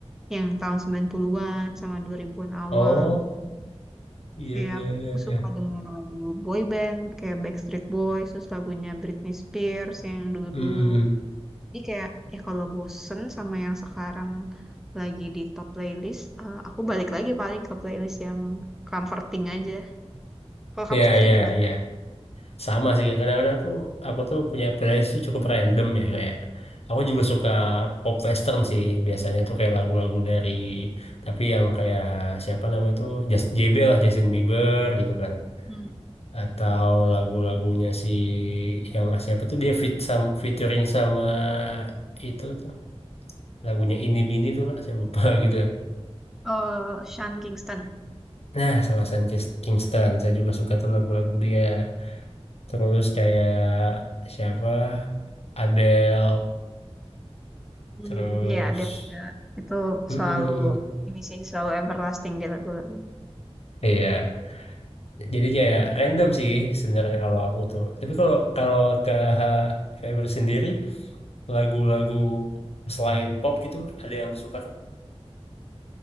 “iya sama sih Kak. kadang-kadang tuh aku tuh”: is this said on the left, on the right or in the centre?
Left